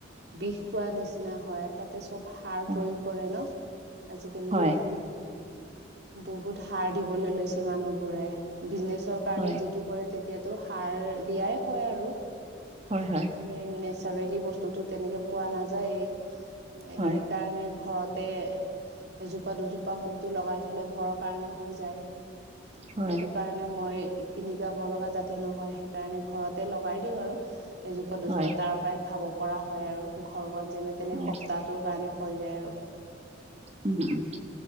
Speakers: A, on the right; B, on the right.
A: বিষ খোৱা নিচিনা হয় তাতে চব সাৰ
B: অ,
A: প্ৰয়োগ কৰে ন' আজিকালিটো
B: হয়
A: বহুত বহুত সাৰ দিবলৈ লৈছে মানুহবোৰে বিজনেচৰ কাৰণে
B: হয়,
A: যিটো কৰে তে এতিয়াতো সাৰ দিয়াই হয় আৰু
B: হয়, হয়,
A: এনে নেচাৰেলি বস্তুটোত তেনেকে পোৱা নাযায়েই এই
B: হয়,
A: সেইকাৰণে ঘৰতে এজোপা-দুজোপা হলেতো লগাই থলে ঘৰৰ কাৰণে হৈ যায়।
B: হয়,
A: সেইটো কাৰণে মই কিনি গাব লগা জাত তে নহয় সেইকাৰণে ঘৰতে লগাই দিওঁ আৰু এজোপা -দুজোপা
B: হয়,
A: তাৰ পৰাই খাব পৰা হয় আৰু ঘৰখন যেনে তেনে
B: হয়,
A: সপ্তাহটোৰ কাৰণে হৈ যায় আৰু।
B: উম, উম।